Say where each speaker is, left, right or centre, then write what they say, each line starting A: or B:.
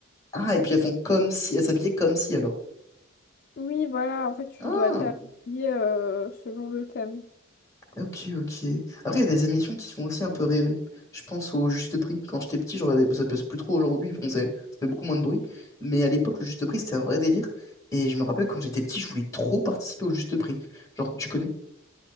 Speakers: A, on the left; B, on the left.
A: Ah, et puis elles font comme si. Elles s'habillaient comme si alors.
B: Oui, voilà, en fait, tu
A: Ah.
B: dois t'habiller euh, selon le thème.
A: Ok, ok. Après, il y a des émissions qui font aussi un peu rêver. Je pense au Juste Prix. Quand j'étais petit, je regardais... ça passe plus trop aujourd'hui, bon, c'est- ça fait beaucoup moins de bruit. Mais à l'époque, le Juste Prix, c'était un vrai délire. Et je me rappelle, quand j'étais petit, je voulais trop participer au Juste Prix. Genre, tu connais?